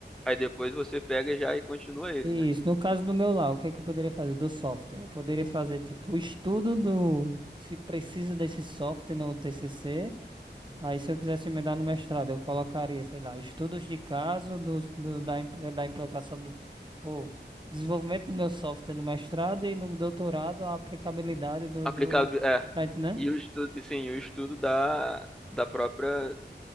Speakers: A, in the centre; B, on the right.
A: Aí depois você pega já e continua ele,
B: Isso,
A: né?
B: no caso do meu lá, o que é que eu poderia fazer do software? Eu poderia fazer, tipo, o estudo do, se precisa desse software no TCC, Aí, se eu quisesse emendar no mestrado, eu colocaria, sei lá, estudos de caso dos- do, da, impl- da implantação do, ou desenvolvimento do meu software no mestrado e no doutorado a aplicabilidade do,
A: Aplicado,
B: do,
A: é.
B: tá entendendo?
A: E o estudo, sim, o estudo da, da própria,